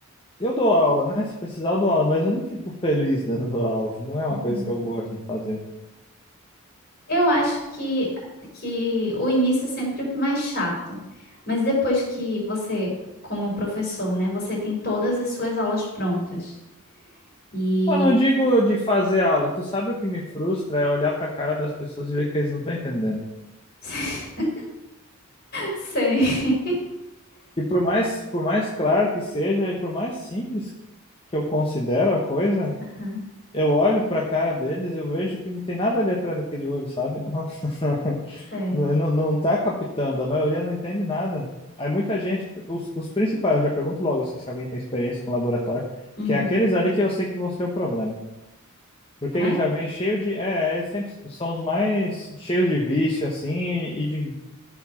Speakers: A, on the left; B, on the left.
A: eu dou aula, né? Se precisar, eu dou aula, mas eu não fico feliz dando <laughs> aula. Não é uma
B: Uhum.
A: coisa que eu gosto de fazer.
B: Eu acho que, que o início é sempre mais chato, mas depois que você, como professor, né, você tem todas as suas aulas prontas. E.
A: Eu não digo de fazer aula. Tu sabe o que me frustra é olhar pra cara das pessoas e ver que eles não estão entendendo.
B: <laughs> Sei.
A: que por mais, por mais claro que seja e por mais simples que eu considero a coisa,
B: Aham,
A: eu olho pra cara deles e eu vejo que não tem nada ali atrás daquele olho, sabe? Não, <laughs>
B: Sei.
A: não, não não tá captando, a maioria não entende nada. Aí muita gente, os, os principais, eu já pergunto logo assim, se alguém tem experiência com laboratório,
B: Uhum.
A: que é aqueles ali que eu sei que vão ser o problema. Porque
B: É?
A: eles já vêm cheio de, é, é, eles sempre são os mais cheios de vício, assim, e de,